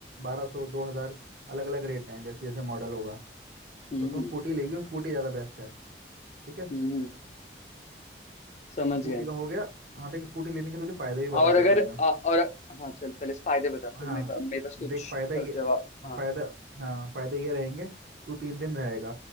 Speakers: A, on the right; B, on the left.
A: बारह सौ दो हज़ार अलग अलग रेट हैं जैसे जैसे मॉडल होगा
B: हम्म
A: तो तू स्कूटी लेगी और स्कूटी ज़्यादा बेस्ट है ठीक है
B: हम्म हम्म, समझ
A: स्कूटी
B: गया
A: का हो गया हाँ देख स्कूटी लेने के तुझे फ़ायदे भी बता
B: और
A: देता
B: अगर
A: हूँ मैं
B: अ- और हाँ चल पहले फायदे बता फिर
A: हाँ
B: मेरे पास मेरे पास कुछ
A: देख फायदा ये
B: जवाब हाँ
A: फायदा हाँ फायदा ये रहेंगे तू तीन दिन रहेगा